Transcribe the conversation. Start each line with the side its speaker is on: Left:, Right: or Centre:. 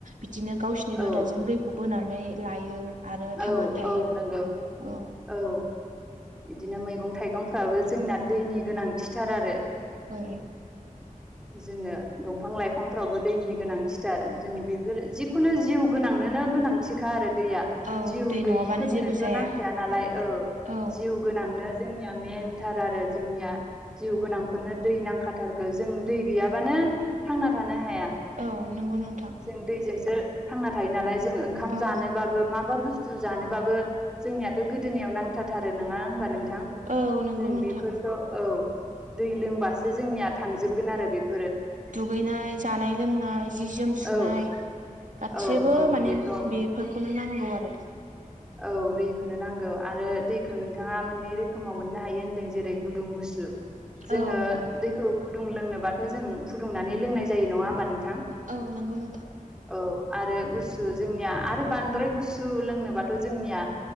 Right: बिदिनो गावसिरनि
Centre: औ
Right: रोदाजों दैखौ बोनानै लायो। आरो
Centre: औ
Right: थांनानै थायो
Centre: औ
Right: औ।
Centre: नंगौ औ इदिनो मैगं थाइगंफ्राबो जोंना दैनि गोनांथिथार आरो।
Right: औ
Centre: जोङो दंफां लाइफांफ्रावबो दैनि गोनांथिथार जों बेफोर जिखुनु जिउ गोनांनोनो गोनां थिखा आरो दैया
Right: औ
Centre: जिउ
Right: दै
Centre: गैयिफोरनोथ'
Right: नङाबानो जेबो जाया
Centre: नांखाया नालाय औ
Right: औ
Centre: जिउ गोनांनो जोंनिया मेनथार आरो जोंनिया जिउ गोनां फोरनो दै नांखाथारगो जों दै गैयाबानो थांना थानो हाया।
Right: औ नोंगौ नोंथां।
Centre: जों दैजोंसो थांना थायो नालाय जों ओंखाम
Right: औ
Centre: जोनोबाबो माबा बुस स्थु जानोबाबो जोंनियाथ' गोदोनायाव नांथाथारो नङा होनोमबा नोंथां?
Right: औ नंगौ
Centre: जों
Right: नोंथां
Centre: बेफोरखौ औ दै लोंबासो जोंनिया थांजोबगोन आरो बेब
Right: दुगैनाय जानाय लोंनाय जि जोम सुनाय
Centre: औ
Right: गासिबो
Centre: औ औ
Right: माने
Centre: बेफ्राव
Right: बेफोरखौनो नांगौ आरो।
Centre: औ दैखोनो नांगौ आरो दैखौ नोंथाङा मोननै रोखोमाव मोननो हायो होन्दों जेरै गुदुं गुसु जोङो
Right: औ
Centre: दैखौ गुदुं लोंनोबाथ' जों फुदुंनानै लोंनाय जायो नङा ओमबा नोंथां?
Right: औ नंगौ नोंथां
Centre: औ आरो गुस गुसु जोंनिया आरो बांद्राय गुसु लोंनोबाथ' जोंनिया